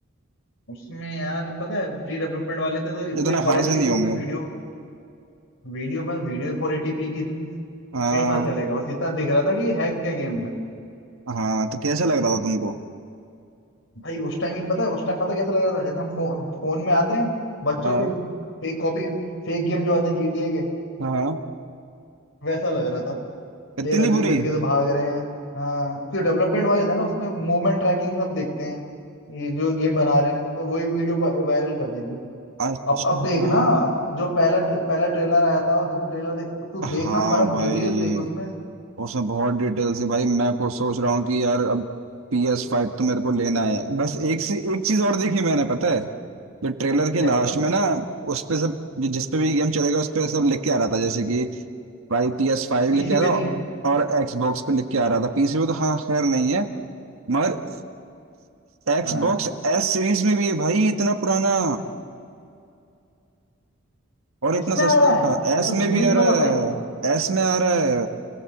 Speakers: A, on the left; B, on the right.
A: उसमें यार पता है प्री डेवलपमेंट वाले थे तो इतना
B: इतना
A: क्वालिटी
B: खास ही नहीं होंगे
A: एक तो वीडियो वीडियो पर वीडियो फोर एटी पी की थी क्या
B: हाँ
A: ही पता चलेगा बस इतना दिख रहा था कि है क्या गेम में
B: हाँ तो कैसा लग रहा था तुमको
A: भाई उस टाइम ही पता है उस टाइम पता कैसा लग रहा था जैसे हम फो, फोन में आते हैं बच्चों
B: हाँ
A: के फेक कॉपी फेक गेम जो आते हैं जीटीए के
B: हाँ
A: वैसा लग रहा था प्लेयर
B: इतनी
A: अजीब
B: बुरी
A: तरीके से भाग रहे हैं हाँ क्योंकि डेवलपमेंट वाले थे ना उसमें मूवमेंट ट्रैकिंग सब देखते हैं ये जो गेम बना रहे हैं तो वही वीडियो वायरल कर दी थी
B: अच्छा
A: अब अब देखना जो पहला ट्रे, पहला ट्रेलर आया था और दूसरा ट्रेलर देख अब तू
B: हाँ
A: देखना फर्क
B: भाई
A: डिटेल्स देख उसमें
B: उसमें बहुत डिटेल से भाई मैं खुद सोच रहा हूँ कि यार अब पी एस फाइव तो मेरे को लेना है बस एक से एक चीज और देखी मैंने पता है जो ट्रेलर के
A: क्या
B: लास्ट
A: बता
B: में ना उस पे सब जिस पे भी गेम चलेगा उस पे सब लिख के आ रहा था जैसे कि भाई पी एस फाइव
A: पीसी
B: लिख के आ
A: पे
B: रहा
A: नहीं है
B: और Xbox पे लिख के आ रहा था पीसी पे तो हाँ खैर नहीं है मगर Xbox
A: हाँ
B: एस सीरीज में भी है भाई इतना पुराना और इतना
A: एस में
B: सस्ता
A: आ रहा है ये
B: एस
A: तो मुझे
B: में भी
A: भी
B: आ
A: नहीं
B: रहा
A: पता भाई
B: है एस में आ रहा है